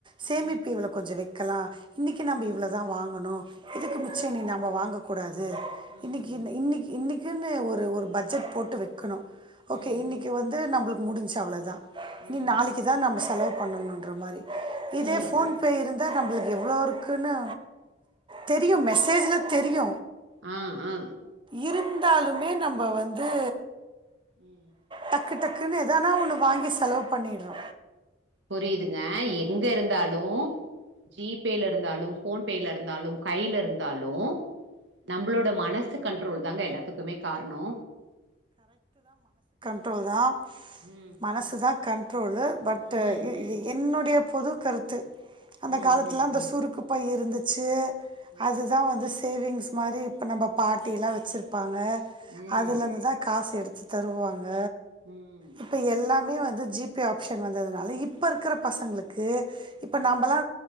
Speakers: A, on the right; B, on the right.
A: சேமிப்பு
B: ம்
A: இவ்ளோ கொஞ்சொ வெக்கலா இன்னக்கி நம்ப
B: ம்
A: இவ்ளோ தா வாங்கணு இதுக்கு மிச்சொ இனி நம்ப வாங்கக் கூடாது
B: ம்
A: இன்னக்கி
B: ம்
A: இன்ன இன்னெக் இன்னெக் கினு ஒரு ஒரு பட்ஜெட் போட்டு வெக்கணு
B: ம்
A: ஓகே இன்னிக்குவந்து நம்ப்ளுக்கு முடுஞ்ச்சு அவ்ளோதா
B: ம் ம்
A: இனி நாளக்கி தா நம்ம செலவு பண்ணனுன்ற மாரி இதே
B: ம்
A: ஃபோன் ப்பே இருந்தா நம்ப்ளுக்கு எவ்ளோ இருக்குன்னு தெரியு மெசேஜ்ல தெரியு
B: ஆ ஆ
A: இருந்தாலுமே நம்ப வந்து
B: ம்
A: டக்கு டக்குன்னு எதானா ஒன்னு வாங்கி செலவு பண்ணிட்றோ
B: புரியிதுங்க எங்க இருந்தாலு ஜி பேல இருந்தாலு ஃபோன் பே ல இருந்தாலு கைல இருந்தாலு நம்ப்ளோட மனசு கண்ட்ரோல் தாங்க எல்லாத்துக்குமே காரணோ
A: ட்ரோல் தா
B: ம்
A: மனசு தா கண் ட்ரோலு பட்
B: ம் ம்
A: என்னொடைய பொது கருத்து அந்த
B: ம்
A: காலத்
B: ம் ம்
A: சுருக்கு பை இருந்துச்சு
B: ம்
A: அது தா வந்து சி சேவிங்ஸ் மாரி இப்ப நம்ப பாட்டியெலா வெச்சுருப்பாங்க
B: ம்
A: அதுலருந்து தா காசு எடுத்து தருவாங்க
B: ம்
A: இப்ப எல்லாமே வந்து ஜி பே ஆப்ஷன் வந்ததுனால இப்ப இருக்கற பசங்களுக்கு இப்ப
B: ம்
A: நாம்பலா